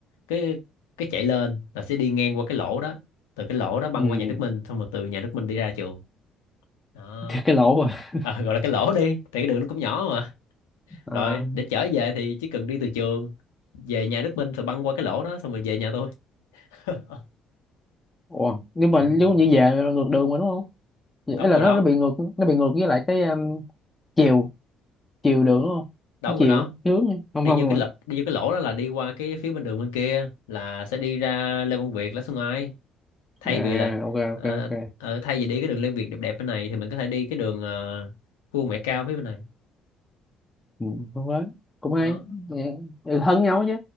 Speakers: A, on the left; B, on the left.
A: cái cái chạy lên là sẽ đi ngang qua cái lỗ đó từ cái lỗ đó băng
B: ừ
A: qua nhà Đức Minh xong rồi từ nhà Đức Minh đi ra trường đó
B: <laughs> thì cái lỗ à
A: à, gọi là cái lỗ đi tại cái đường nó cũng nhỏ mà
B: à
A: rồi để trở về thì chỉ cần đi từ trường về nhà Đức Minh rồi băng qua cái lỗ đó xong rồi về nhà tôi <laughs>
B: ủa nhưng
A: thuận
B: mà
A: đường
B: giống như về là ngược đường mà đúng không
A: đón
B: ấy là
A: người
B: nó
A: đó
B: nó bị ngược nó bị ngược với lại cái um, chiều chiều đường đúng
A: đón
B: không chiều
A: người đó
B: hướng không
A: đi
B: không
A: vô
B: luôn
A: cái
B: à
A: lỗ đi vô cái lỗ đó là đi qua cái phía bên đường bên kia là sẽ đi ra Lê Văn Việt Lã Xuân Ai thay
B: à
A: vì là
B: ok
A: ờ,
B: ok ok
A: ở thay vì đi cái đường Liên Việt đẹp đẹp bên này thì mình có thể đi cái đường ờ, Vua Mẹ Cao phía bên này
B: Ừ, đúng đấy cũng hay
A: đó
B: Dạ. Ừ, thân nhau chứ